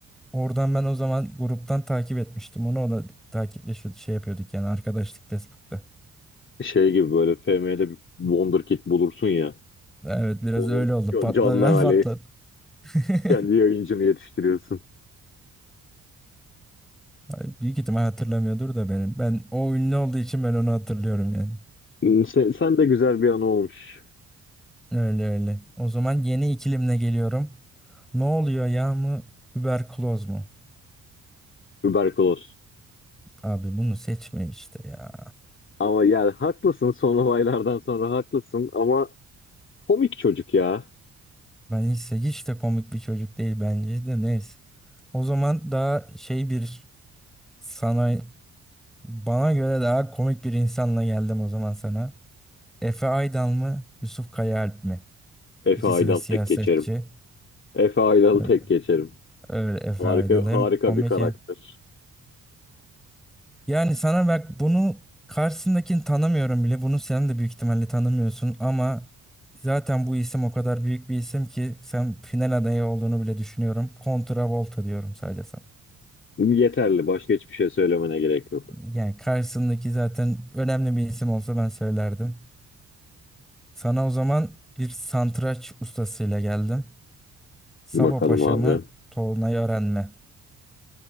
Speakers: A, in the centre; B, on the left.
A: Oradan ben o zaman gruptan takip etmiştim onu. O da takipleşiyordu şey yapıyorduk yani arkadaşlık Facebook'ta.
B: Şey gibi böyle FM'de bir Wonderkid bulursun ya.
A: Evet biraz
B: Onun
A: öyle oldu. Patladı
B: canlı
A: ben
B: hali.
A: patladım. <laughs>
B: Kendi yayıncını yetiştiriyorsun.
A: Ay, Büyük ihtimal hatırlamıyordur da benim. Ben o ünlü olduğu için ben onu hatırlıyorum yani.
B: Hmm, Sen, sen de güzel bir an olmuş.
A: Öyle öyle. O zaman yeni ikilimle geliyorum. Ne oluyor ya mı? Überkloz mu?
B: Überkoloz.
A: Abi bunu seçme işte ya.
B: Ama yani haklısın son olaylardan sonra haklısın ama komik çocuk ya.
A: Ben hiç, hiç de komik bir çocuk değil bence de neyse. O zaman daha şey bir sana bana göre daha komik bir insanla geldim o zaman sana. Efe Aydal mı? Yusuf Kayaalp mi?
B: Efe
A: İkisi
B: Aydal
A: de siyasetçi.
B: tek geçerim. Efe Aydal'ı
A: Öyle,
B: tek geçerim.
A: öyle Efe
B: Harika
A: Aydal hem
B: harika
A: komik
B: bir karakter.
A: hem Yani sana bak bunu karşısındakini tanımıyorum bile. Bunu sen de büyük ihtimalle tanımıyorsun ama zaten bu isim o kadar büyük bir isim ki sen final adayı olduğunu bile düşünüyorum. Volta diyorum sadece sana.
B: Yeterli. Başka hiçbir şey söylemene gerek yok.
A: Yani karşısındaki zaten önemli bir isim olsa ben söylerdim. Sana o zaman bir santraç ustasıyla geldim. Sabo
B: Bakalım
A: Paşa
B: abi.
A: mı, Tolunay Ören mi?